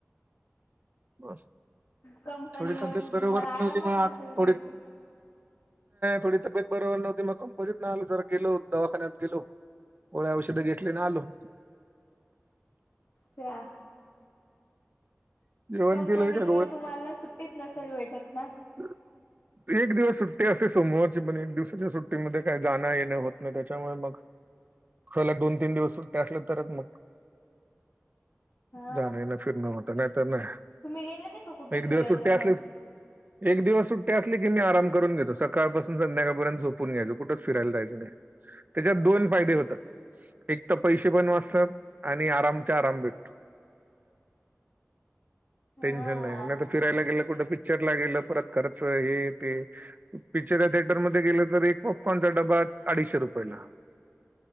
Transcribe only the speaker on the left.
कंपनीमुळे
तर
तुम्हाला आरामच
नसेल
भेटत
त्या
कंपनी
मुळ तुम्हाला सुट्टीत नसेल भेटत ना.
हा
तुम्ही गेले नाही का कुठं
फिरायला
मग
हा